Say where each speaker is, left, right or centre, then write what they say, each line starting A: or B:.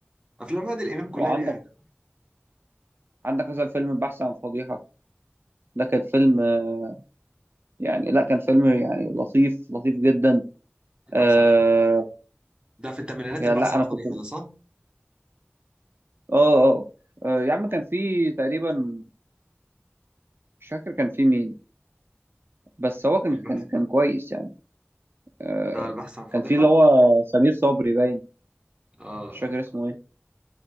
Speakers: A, on the right (about 20°); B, on the right (about 55°).
A: أفلام عادل إمام كلها
B: وعندك
A: ليها هدف
B: عندك مثلا فيلم البحث عن فضيحه ده كان فيلم آه، يعني لا كان فيلم يعني لطيف لطيف جدا
A: البحث
B: آه
A: عن فضيحة ده في الثمانينات
B: يعني
A: البحث
B: لا
A: عن
B: انا
A: فضيحة
B: كنت اه
A: ده صح؟
B: اه آه، يا عم كان في تقريبا مش فاكر كان في مين بس هو كان
A: البحث
B: كان كان كويس يعني آه،
A: بتاع البحث عن فضيحة
B: كان في اللي هو سمير صبري باين
A: آه
B: مش فاكر
A: آه.
B: اسمه ايه